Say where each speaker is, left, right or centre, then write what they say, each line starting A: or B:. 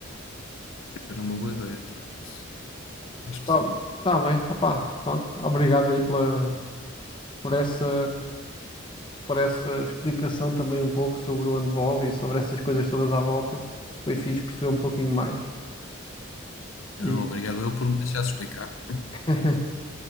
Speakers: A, on the left; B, on the left.
A: Era uma boa ideia, por acaso. Acho que
B: Tá,
A: sim.
B: tá bem, opá, pronto. Obrigado aí pela, por essa. por essa explicação também um pouco sobre o handball e sobre essas coisas todas à volta. Foi fixe perceber um pouquinho mais.
A: Não,
B: E...
A: obrigado eu por me deixar explicar.
B: <laughs>